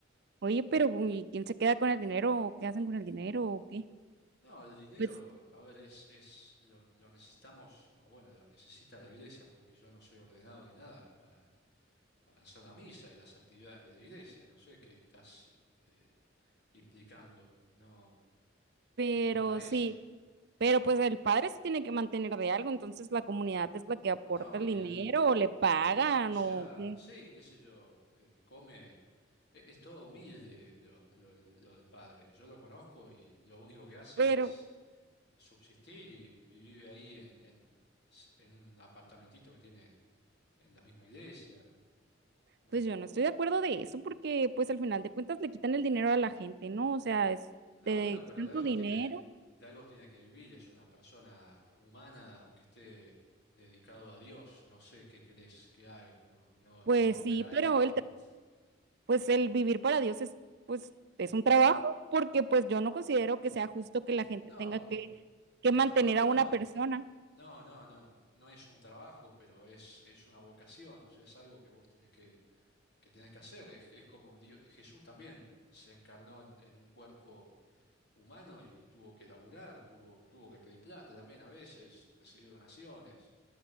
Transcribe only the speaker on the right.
Oye, pero ¿y quién se queda con el dinero? ¿O qué hacen con el dinero? ¿O qué?
Pues
Pero
sí, pero pues el padre se tiene que mantener de algo, entonces la comunidad es la que aporta
el
dinero
o le pagan
o qué.
Pero
pues yo no estoy de acuerdo de eso porque pues al final de cuentas le quitan el dinero a la gente, ¿no? O sea, es,
te
quitan
tu
dinero,
pues
sí,
pero
el, tra- pues el vivir para Dios es pues es un trabajo porque pues yo no considero que sea justo que la gente
tenga que,
que mantener
a una
persona.